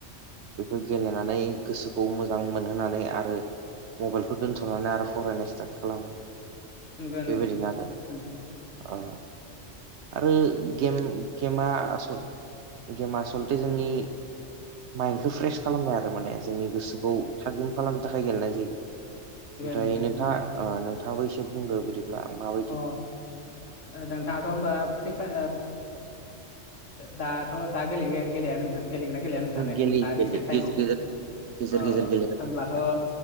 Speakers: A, on the right; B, on the left.
A: बेखौ गेलेनानै गोसोखौ मोजां मोनहोनानै आरो मबाइलखौ दोनथ' सनानै आरो फरायनाय स्टार्ट खालामो
B: गानो
A: बेबायदिनो
B: गानो
A: आरो ओ आरो गेम गेमा आसल गेमा आसलथे जोंनि माइन्डखौ फ्रेस खालामनाय आरो माने जोंनि गोसोखौ थागिम खालामनो थाखाय गेलेनाय जायो ओमफ्राय
B: नंगौ.
A: नोंथाङा
B: उम,
A: नोंथाङाबो एसे बुंदो बिदिब्ला माबा
B: अ ओ नोंथाङाथ' होमबा फै ओ दाथ' दा गे गेलेया नों गेलेगोना गेलेया नोंथांलाय
A: गेले
B: दा
A: गेले
B: रिसेन्ट टाइमाव
A: गेजेर गेजेर गेजेर
B: अ
A: गेजेर गेलेबाय
B: होमब्लाथ'
A: थायो